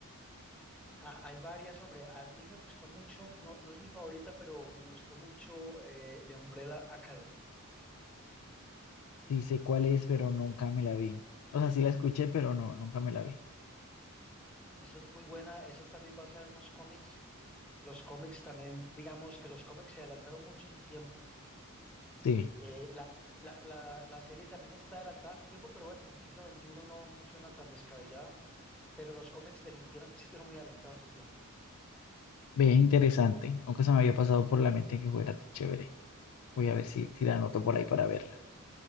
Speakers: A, in the centre; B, on the left (about 70°).
A: Ah, hay varias, hombre. A mí me gustó mucho, no, no es mi favorita, pero me gustó mucho eh, de Umbrella Academy.
B: Sí, sé cuál es, pero nunca me la vi. O sea, sí la escuché, pero no, nunca me la vi.
A: Esa es muy buena, esa es también basada en unos cómics. Los cómics también, digamos que los cómics se adelantaron mucho su tiempo.
B: Sí,
A: Eh, la, la, la, la serie también está adelantada a su tiempo, pero bueno, en el siglo veintiuno no, no suena tan descabellada, pero los cómics definitivamente sí estuvieron muy adelantados a su tiempo.
B: ve, interesante. Nunca se me había pasado por la mente que fuera tan chévere. Voy a ver si, si la anoto por ahí para verla.